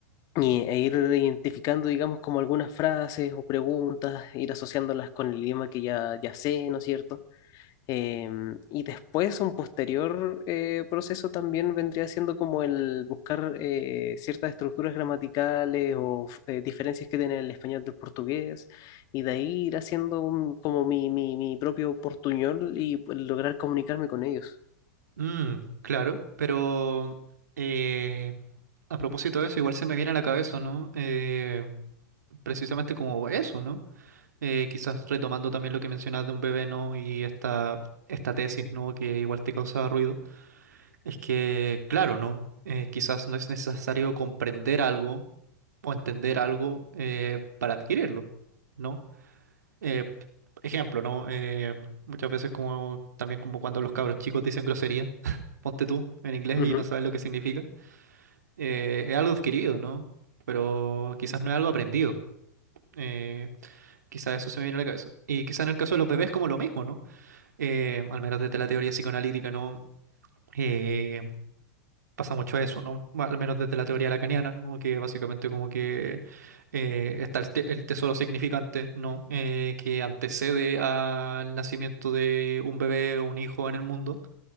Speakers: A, on the left (about 45°); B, on the right (about 80°).
A: y, e ir identificando, digamos, como algunas frases o preguntas, ir asociándolas con el idioma que ya, ya sé, ¿no es cierto? Em, y después un posterior eh, proceso también vendría siendo como el buscar eh, ciertas estructuras gramaticales o eh, diferencias que tiene el español del portugués y de ahí ir haciendo un- como mi, mi, mi propio portuñol y lograr comunicarme con ellos.
B: Mm, claro, pero eh, a propósito de eso, igual se me viene a la cabeza, ¿no? Eh, precisamente como eso, ¿no? Eh, quizás retomando también lo que mencionas de un bebé, ¿no? Y esta, esta tesis, ¿no? Que igual te causaba ruido. Es que, claro, ¿no? Eh, quizás no es necesario comprender algo o entender algo eh, para adquirirlo, ¿no? eh, ejemplo, ¿no? Eh, muchas veces como también como cuando los cabros chicos dicen groserías, <laughs> ponte tú en inglés
A: Ujú.
B: y no sabes lo que significa. Eh, es algo adquirido, ¿no? Pero quizás no es algo aprendido. Eh, quizás eso se me viene a la cabeza. Y quizás en el caso de los bebés como lo mismo, ¿no? Eh, al menos desde la teoría psicoanalítica, ¿no? Eh, pasa mucho eso, ¿no? Ma- Al menos desde la teoría lacaniana, ¿no? Que básicamente como que eh, está el, te- el tesoro significante, ¿no? Eh, que antecede al nacimiento de un bebé o un hijo en el mundo.